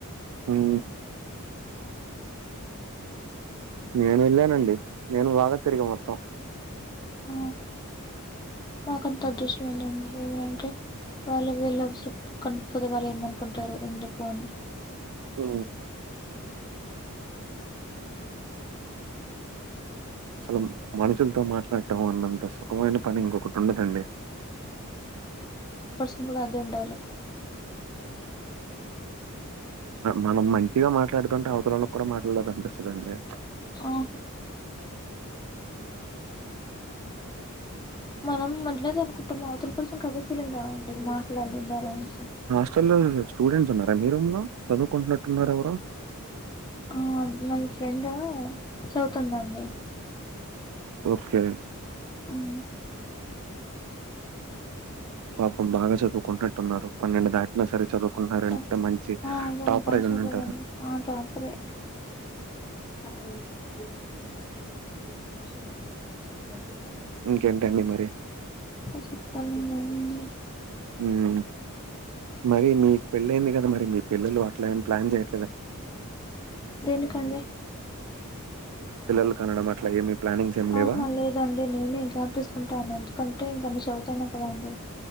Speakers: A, on the right; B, on the left.
A: ఉ నేను వెళ్ళానండి నేను బాగా తిరిగా మొత్తం
B: ఆ మాకంత అదృష్టం లేదండి ఎందుకంటే వాళ్ళు వీళ్ళు చెప్తే కనిపిస్తే వాళ్ళు ఏమనుకుంటారు ఎందుకు అని
A: ఉ అసలు మనుషులతో మాట్లాడం అన్నంత స్వ ర్గమైన పని ఇంకొకటి ఉండదండి
B: ఎప్పుడు కూడా అదే ఉండాలి
A: మనం మంచిగా మాట్లాడుతుంటే అవతలో ల్లకి కూడా మాట్లాడలీ అనిపిస్తుందండి
B: ఆహ మనం మాట్లాడదాం అనుకుంటం అవతలి పర్సన్ కి అదే ఫీలింగ్ గా ఉంటుంది మాట్లాడీన్ కాడి నుండి
A: అసలు లేదండి స్టూడెంట్స్ ఉన్నార మీ రూమ్ లో చదువుకుంటున్నటున్నారు ఎవరో
B: ఆ మాది ఫ్రెండ్ చదువుతుందండి
A: ఓకే
B: ఉమ్
A: పాపం బాగ చదువు కుట్టున్నారు పన్నెండు దాటిన సరే చదువుకుంటున్నారు
B: తను
A: అంటే మంచి
B: ఆ దాన్ని
A: టాపర్
B: బాగా
A: అయి
B: చదువుదండి
A: ఉంటారు
B: ఆ టాపరే <inaudible>
A: ఇంకేంటండి మరి
B: అ చెప్పాలండి ఏముంది
A: ఉమ్ మరి మీకు పెళ్ళయింది కదా మరి మీ పిల్లలు అట్లా ఏమి ప్లాన్ చేయ
B: దేనికండి
A: పిల్లలు కనడం అట్ల ఏమి ప్లానింగ్స్ ఏమి
B: ఆహా
A: లేవా?
B: లేదండి నేనే గ్యాప్ తీసుకుంటాను అన్నాను ఎందుకంటే నేన్ చదువుతున్నాను కదండీ